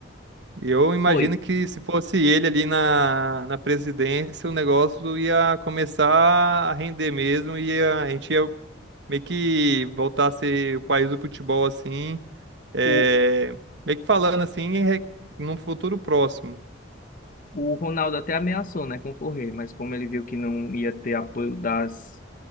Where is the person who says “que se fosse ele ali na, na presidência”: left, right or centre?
Right